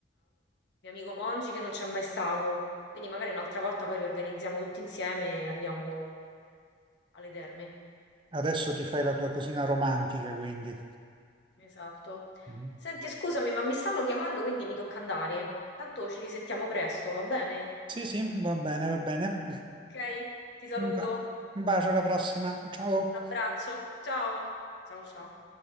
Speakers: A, on the left; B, on the right.
A: mio amico Mongi che non c'è mai stato. Quindi magari un'altra volta poi riorganizziamo tutti insieme e andiamo alle terme.
B: Adesso ti fai la tua cosina romantica, quindi.
A: Esatto.
B: Mm.
A: Senti, scusami, ma mi stanno chiamando, quindi mi tocca andare. Tanto ci risentiamo presto, va bene?
B: Sì, sì, va bene, va bene.
A: Ok, ti saluto.
B: Un ba- un bacio alla prossima. Ciao.
A: Un abbraccio. Ciao. Ciao, ciao.